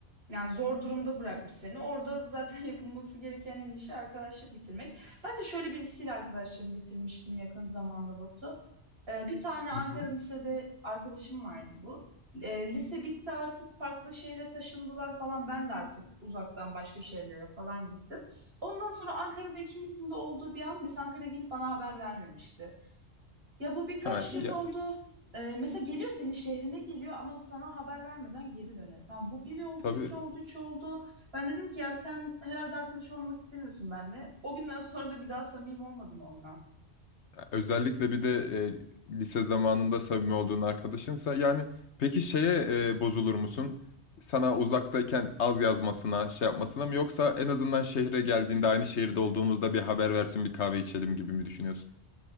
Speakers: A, on the right (about 60°); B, on the left (about 80°).
A: Yani zor durumda bırakmış seni. Orada zaten <laughs> yapılması gereken en işi arkadaşlık bitirmek. Ben de şöyle birisiyle arkadaşlığımı bitirmiştim yakın zamanda Batu. Ee, bir tane Ankara
B: Hı hı.
A: lisede arkadaşım vardı bu. Ee, lise bitti artık farklı şehre taşındılar falan. Ben de artık uzaktan başka şehirlere falan gittim. Ondan sonra Ankara'da ikimizin de olduğu bir an biz Ankara'ya gelip bana haber vermemişti. Ya bu birkaç
B: Ha
A: kez
B: ya
A: oldu. Ee, mesela geliyor senin şehrine geliyor ama sana haber vermeden geri dönüyor. Tamam bu biri oldu,
B: tabii
A: iki oldu, üç oldu. Ben dedim ki ya sen herhalde arkadaş olmak istemiyorsun benimle. O günden sonra da bir daha samimi olmadım onunla.
B: özellikle bir de e, lise zamanında samimi olduğun arkadaşınsa yani peki şeye e, bozulur musun? Sana uzaktayken az yazmasına, şey yapmasına mı yoksa en azından şehre geldiğinde aynı şehirde olduğumuzda bir haber versin bir kahve içelim gibi mi düşünüyorsun?